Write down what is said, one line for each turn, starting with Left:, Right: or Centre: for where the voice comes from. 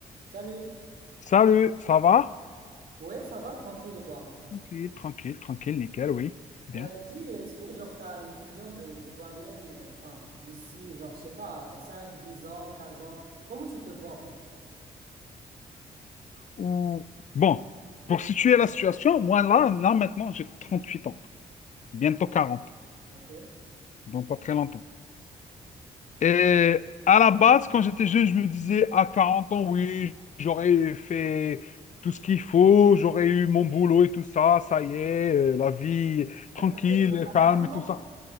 Right: Salut.
Left: Salut, ça va?
Right: Ouais, ça va tranquille et toi?
Left: Tranquille, tranquille, tranquille, nickel, oui. Bien.
Right: Euh, dis, est-ce que genre t'as une vision de, de toi-même, euh, enfin d'ici genre je sais pas 5, 10 ans, 15 ans, comment tu te vois en fait?
Left: Ou... Bon, pour situer la situation, moi là, là maintenant, j'ai 38 ans, bientôt 40,
Right: Ok.
Left: donc pas très longtemps. Et à la base, quand j'étais jeune, je me disais, à 40 ans, oui, j'aurais fait tout ce qu'il faut, j'aurais eu mon boulot et tout ça, ça y est, euh, la vie
Right: À,
Left: tranquille,
Right: à que- à 40
Left: calme et tout
Right: ans?
Left: ça.